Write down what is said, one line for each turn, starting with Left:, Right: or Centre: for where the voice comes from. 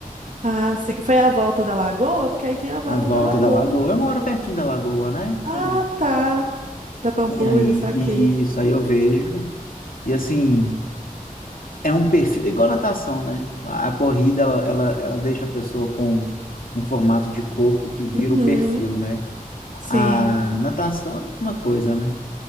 Right: Ah, sim. Foi a volta da lagoa? Porque aí tem a volta
Left: A volta
Right: da lagoa.
Left: da Lagoa.
Right: né?
Left: Eu moro pertinho da Lagoa, né?
Right: Ah,
Left: Eu-
Right: tá. Da Pampulha,
Left: e aí,
Right: saquei.
Left: e isso aí eu vejo. E assim, é um perfil, igual natação, né? A, a corrida, ela, ela, ela deixa a pessoa com um formato de corpo que vira
Right: Uhum.
Left: o perfil, né? A
Right: Sim.
Left: natação é a mesma coisa, né?